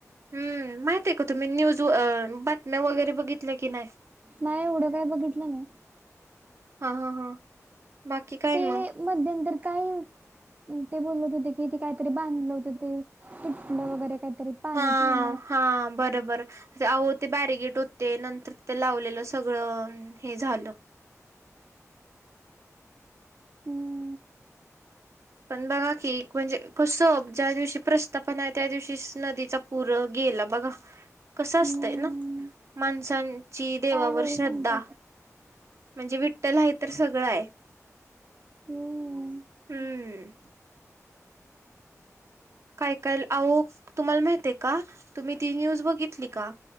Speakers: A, on the right; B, on the right.
A: हूं माहित आहे का तुम्ही न्यूज अ बातम्या वगैरे बघितल्या की नाही?
B: नाही एवढं काय बघितलं नाही.
A: हा हा हा बाकी काय
B: ते
A: मग.
B: मध्यंतर काय ते बोलत होते कि ते काहीतरी बांधलं होत ते सुटलं वगैरे काहीतरी पाण्याच्या
A: हा
B: ह्यानी.
A: हा बर बर. अहो ते बॅरिगेट होते नंतर ते लावलेलं सगळं हे झालं.
B: <inaudible>
A: पण बघा की म्हणजे कसं ज्या दिवशी प्रस स्तापण आहे त्या दिवशीच नदीचा पूर गेला बघा. कसं असतंय
B: हम्म
A: ना माणसांची देवावर
B: काय होईल
A: श्रद्धा.
B: सांगता आता
A: म्हणजे विठ्ठल आहे तर सगळं आहे.
B: हूं
A: हूं! काय, कायल अहो तुम्हाला माहित का, तुम्ही ती न्यूज बघितली का?